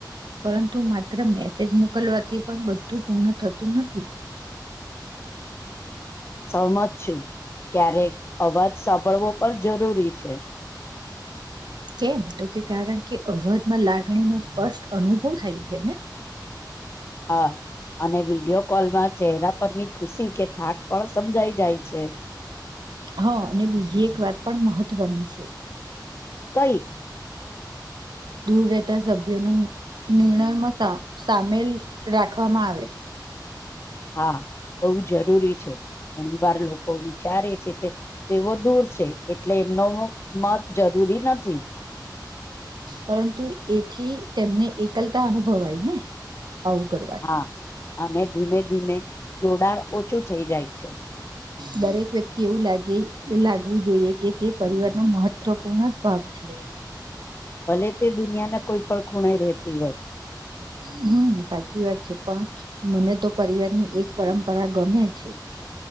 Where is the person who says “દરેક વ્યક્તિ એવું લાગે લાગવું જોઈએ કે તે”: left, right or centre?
Right